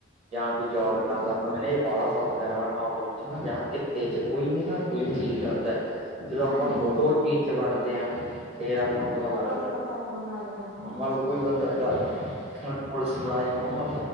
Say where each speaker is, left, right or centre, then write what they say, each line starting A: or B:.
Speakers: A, on the right; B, on the right.
A: ਜਾਂ ਕੋਈ ਜੋਬ
B: ਹਾਂਜੀ
A: ਕਰਦਾ ਆਪਾਂ ਕੇਣੈ ਬਾਲਾ ਸੌਖਾ ਰ ਨੋਵਲ ਚ ਨਾਂ ਜਾਂ ਕਿਤੇ ਚ ਕੋਈ ਵੀ ਨਾਂ ਕੋਈ ਚੀਜ਼ ਕਰਦਾ ਜਦੋਂ
B: ਹਾਂਜੀ
A: ਆਪਾਂ ਖੁਦ
B: ਹਾਂਜੀ
A: ਉਹ ਚੀਜ਼ ਚ ਵੱਡਦੇ ਆਂ। ਫੇਰ ਆਪਾਂ ਨੂੰ ਪਤਾ ਲੱਗਦਾ।
B: ਆਪਾਂ ਨੂੰ ਪਤਾ ਉਦੋਂ ਲੱਗਦਾ ਹਾਂਜੀ
A: ਹੁਣ ਮੰਨ ਲਓ ਕੋਈ ਬੰਦਾ ਹੈਗਾ ਪੁਲਿਸ ਮੁਲਾਜ਼ਮ <inaudible> ਆਪ